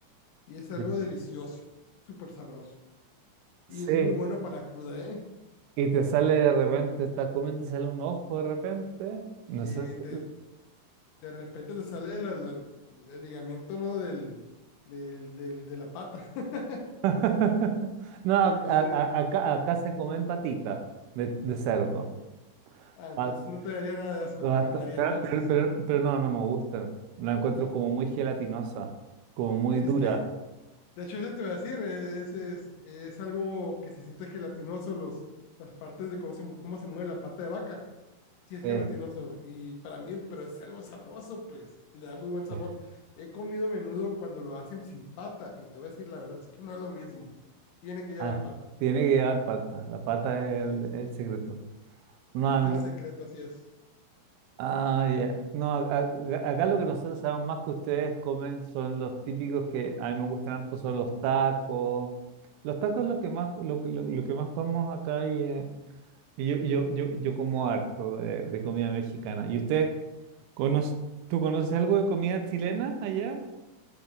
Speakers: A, on the left; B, on the right.
A: y es algo
B: Sí.
A: delicioso, súper sabroso. Y
B: Sí,
A: es muy bueno para la cruda, ¿eh?
B: Y te sale de repente, estás comiendo, te sale un ojo de repente. No
A: Eh,
B: sé. si-
A: te, de repente te sale el, el- el ligamento, ¿no? Del, del, del- de la pata, <laughs>
B: <laughs> No, a-
A: inclusive.
B: a- a- acá, acá se comen patitas de, de cerdo.
A: Ah, entonces
B: Pa-
A: no te daría nada de asco,
B: basta-
A: te encantaría
B: Pero,
A: entonces.
B: pero- pero pero no, no me gustan. La encuentro como muy gelatinosa, como muy
A: Es
B: dura.
A: que, de hecho, eso te voy a decir, es, es, es algo que se siente gelatinoso, los, las partes de cómo se, mu- cómo se mueve la pata de vaca Sí, es
B: Eh,
A: gelatinoso y para mí, pero es algo sabroso, pues, le da muy buen sabor.
B: eh,
A: He comido menudo cuando lo hacen sin pata y te voy a decir la verdad <laughs> es que no es lo mismo. Tiene que llevar
B: ah,
A: pata.
B: tiene que llevar pata. La pata
A: Así
B: es el,
A: es.
B: el secreto. No,
A: Es el secreto, así es.
B: Ah, ya. No, a- a- acá lo que nosotros sabemos más que ustedes comen son los típicos que a mí me gustan harto, son los tacos. Los tacos es lo que más, lo, que- lo, lo que más comemos acá y, eh, y yo, y yo, yo, yo como harto de, de comida mexicana. ¿Y ustedes conoce, tú conoces algo de comida chilena allá?